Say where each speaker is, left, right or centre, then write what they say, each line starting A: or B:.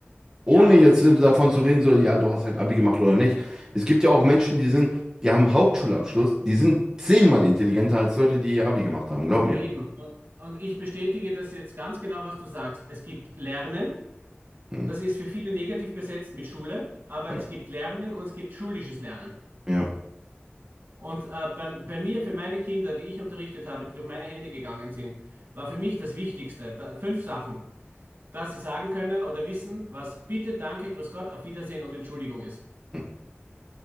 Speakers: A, on the right; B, on the right.
A: ohne
B: Ja, aber
A: jetzt
B: das ist
A: davon
B: halt
A: zu reden, so, ja, du hast ein Abi gemacht oder nicht. Es gibt ja auch Menschen, die sind, die haben einen Hauptschulabschluss, die sind zehnmal intelligenter als Leute, die ihr Abi gemacht haben, glaub mir.
B: eben. Und, und ich bestätige das jetzt ganz genau, was du sagst. Es gibt Lernen,
A: Mhm.
B: das ist für viele negativ besetzt mit Schule, aber
A: Ja,
B: es gibt Lernen und es gibt schulisches Lernen.
A: ja.
B: Und äh, bei, bei mir, für meine Kinder, die ich unterrichtet habe, die durch meine Hände gegangen sind, war für mich das Wichtigste, da, fünf Sachen, dass sie sagen können oder wissen, was bitte, danke, grüß Gott, auf Wiedersehen und Entschuldigung ist.
A: Mhm.